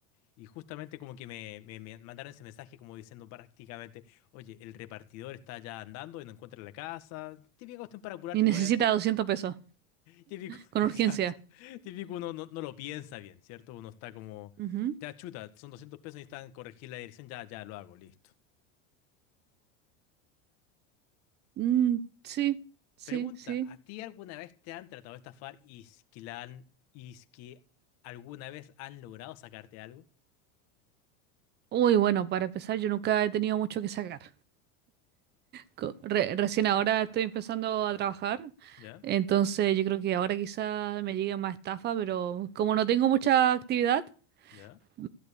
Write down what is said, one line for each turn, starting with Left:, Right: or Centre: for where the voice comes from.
Left: Y justamente como que me, me- me mandaron ese mensaje como diciendo prácticamente, oye, el repartidor está ya andando y no encuentra la casa. Típica cuestión para apurarte
Right: Y necesita
Left: que obviamente,
Right: 200 pesos.
Left: típico, <laughs>
Right: Con
Left: exacto,
Right: urgencia.
Left: típico uno no, no lo piensa bien, ¿cierto? Uno está como,
Right: Ujú.
Left: ya chuta, son 200 pesos y necesitan corregir la dirección, ya, ya lo hago, listo.
Right: Mm, sí, sí,
Left: Pregunta,
Right: sí.
Left: ¿a ti alguna vez te han tratado de estafar y es que la han- y es que alguna vez han logrado sacarte algo?
Right: Uy, bueno, para empezar, yo nunca he tenido mucho que sacar. Co- re- recién ahora estoy empezando a trabajar,
Left: ¿Ya?
Right: entonces yo creo que ahora quizá me llegue más estafa, pero como no tengo mucha actividad,
Left: ¿Ya?
Right: mm,